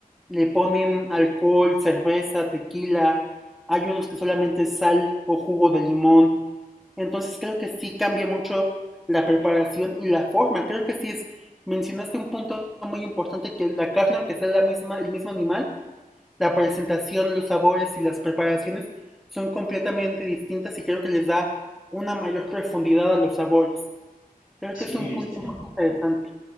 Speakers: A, in the centre; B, on the left (about 65°).
A: le ponen alcohol, cerveza, tequila. Hay unos que solamente sal o jugo de limón. Entonces creo que sí cambia mucho la preparación y la forma. Creo que sí es, mencionaste un punto muy importante que la carne, aunque sea la misma, el mismo animal, la presentación, los sabores y las preparaciones son completamente distintas y creo que les da una mayor profundidad a los sabores. Creo
B: Sí,
A: que es un punto
B: sí, sí.
A: muy interesante.